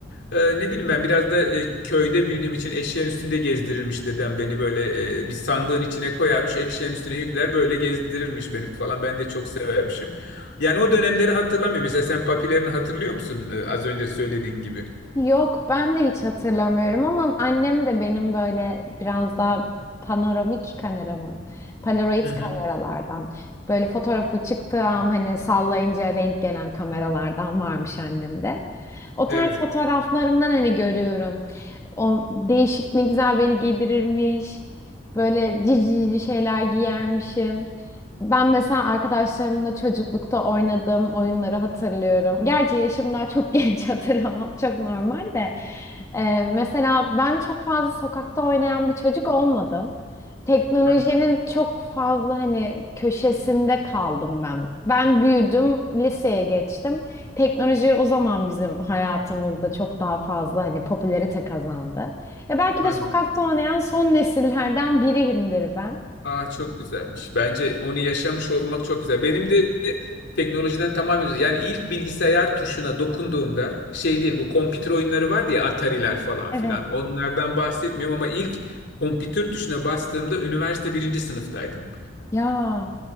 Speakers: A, on the left; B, on the left.
A: Ee, ne bileyim ben biraz da e, köyde büyüdüğüm için eşeğin üstünde gezdirirmiş dedem beni böyle e, bir sandığın içine koyarmış eşeğin üstüne yükler böyle gezdirirmiş beni falan ben de çok severmişim. Yani o dönemleri hatırlamıyorum. Mesela sen papilerini hatırlıyor musun? Ee, az önce söylediğin gibi.
B: Yok ben de hiç hatırlamıyorum ama annem de benim böyle biraz daha panoramik kamera mı? Polaroid
A: Hı
B: kameralardan.
A: hı.
B: Böyle fotoğrafı çıktığı an hani sallayınca renk gelen kameralardan varmış annemde. O
A: Evet.
B: tarz fotoğraflarımdan hani görüyorum. O değişik ne güzel beni giydirirmiş. Böyle cici cici şeyler giyermişim. Ben mesela arkadaşlarımla çocuklukta oynadığım oyunları hatırlıyorum. Gerçi yaşım daha çok genç <laughs> hatırlamam çok normal de. Ee, mesela ben çok fazla sokakta oynayan bir çocuk olmadım. Teknolojinin
A: Anladım.
B: çok fazla hani köşesinde kaldım ben. Ben büyüdüm, liseye geçtim. Teknoloji o zaman bizim hayatımızda çok daha fazla hani popülerite kazandı. E belki
A: Anladım.
B: de sokakta oynayan son nesillerden biriyimdir ben.
A: Aa çok güzelmiş. Bence onu yaşamış olmak çok güzel. Benim de teknolojiden tamamen uzak. Yani ilk bilgisayar tuşuna dokunduğumda şey değil bu kompütür oyunları vardı ya Atari'ler falan
B: Evet.
A: filan. Onlardan bahsetmiyorum ama ilk kompütür tuşuna bastığımda üniversite birinci sınıftaydım.
B: Ya.